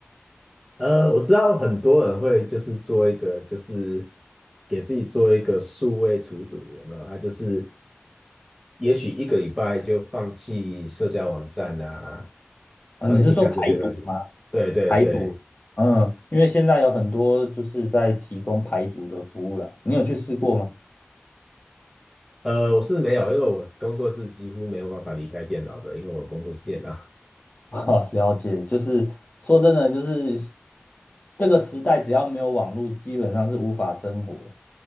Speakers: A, in the centre; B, on the left.
A: 呃，我知道很多人会就是做一个，就是给自己做一个数位除毒，有没有？他就是也许一个礼拜就放弃社交网站啊，
B: 啊？
A: 放弃看这些东西。
B: 你是说排毒吗？
A: 对对对，
B: 排毒，嗯，因为现在有很多就是在提供排毒的服务啦，你有去试过吗？
A: 呃，我是没有，因为我工作是几乎没有办法离开电脑的，因为我工作是电脑。
B: <laughs> 啊，了解，就是说真的，就是这个时代只要没有网络，基本上是无法生活。